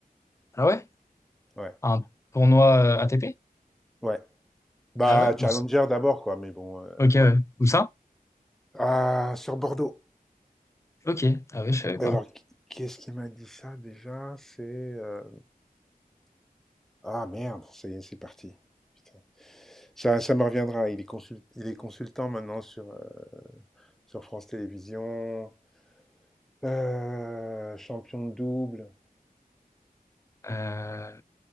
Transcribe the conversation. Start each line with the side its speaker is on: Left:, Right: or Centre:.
Left: Ah ouais?
Centre: Ouais,
Left: Un tournoi euh, ATP?
Centre: ouais. Bah,
Left: Ah ouais?
Centre: Challenger
Left: Où-
Centre: d'abord, quoi, mais bon, euh,
Left: Ok, ouais.
Centre: ouais.
Left: Où ça?
Centre: Ah, sur Bordeaux.
Left: Ok. Ah ouais, je savais pas.
Centre: Et Alors, qui qui est-ce qui m'a dit ça déjà? C'est. euh, Ah merde, ça y est, c'est parti. Putain. Ça, ça me reviendra. Il est consul- il est consultant maintenant sur, euh, sur France Télévisions. Euh, champion de double.
Left: Euh...